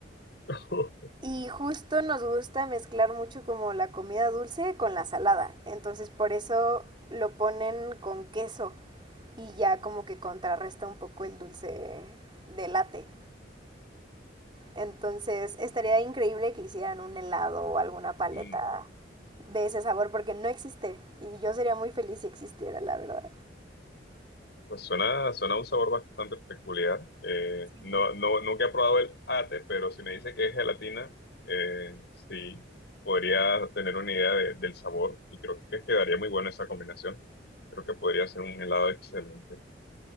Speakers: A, on the left (about 60°); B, on the right (about 25°).
A: <laughs>
B: Y justo nos gusta mezclar mucho como la comida dulce con la salada. Entonces por eso lo ponen con queso y ya como que contrarresta un poco el dulce de latte. Entonces estaría increíble que hicieran un helado o alguna paleta
A: Mm.
B: de ese sabor porque no existe y yo sería muy feliz si existiera, la verdad.
A: Pues suena, suena un sabor bastante peculiar. Eh,
B: Sí,
A: no, no, nunca he probado el ate, pero si me dice que es gelatina, eh, sí, podría tener una idea de- del sabor y creo que quedaría muy buena esa combinación. Creo que podría ser un helado excelente.